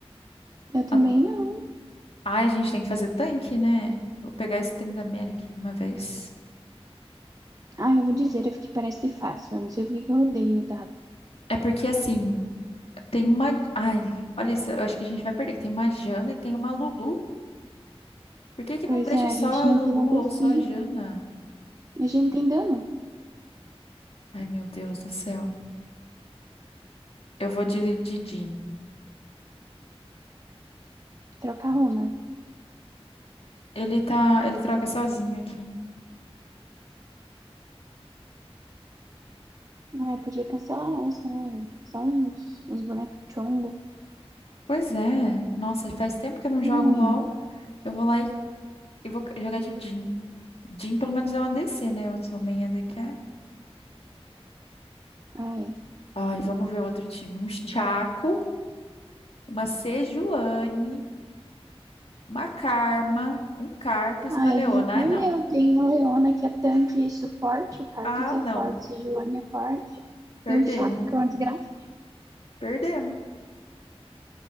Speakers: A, on the right (about 35°); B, on the left (about 70°).
A: Eu também
B: A-
A: não.
B: Ai, a gente tem que fazer tanque, né? Vou pegar esse Tryndamere aqui de uma vez.
A: Ah, eu vou dizer, eu fiquei parece fácil. Eu não sei por que que eu rodei o dado.
B: É porque, assim, tem uma... Ai, olha isso, eu acho que a gente vai perder. que Tem uma Jana e tem uma Lulu. Por que que não
A: Pois
B: deixa
A: é,
B: só
A: a gente
B: a
A: não
B: Lulu
A: tem ADC.
B: ou só a Jana?
A: A gente não tem dano.
B: Ai, meu Deus do céu. Eu vou de Didinho.
A: Troca a runa.
B: Ele tá... Ele troca sozinho aqui.
A: Ai, podia cancelar essa, né? São uns, uns bonecos chongo.
B: Pois é. Nossa, faz tempo que eu não jogo
A: Ruim.
B: LOL. Eu vou lá e, e vou c- jogar de Jhin. Jhin, pelo menos, é uma ADC, né? Eu sou main ADC.
A: Ai.
B: Ai, vamos ver outro time. Um Chaco, uma Sejuani, uma Karma, um Cartus
A: Ai,
B: e uma Leona.
A: a gente já perdeu.
B: Ah, não.
A: Tem a Leona que é tanque e suporte. O Cartus
B: Ah,
A: é
B: não.
A: forte. O Joane é forte.
B: Perdemos.
A: E o Chaco que é uma desgraça.
B: Perdemos.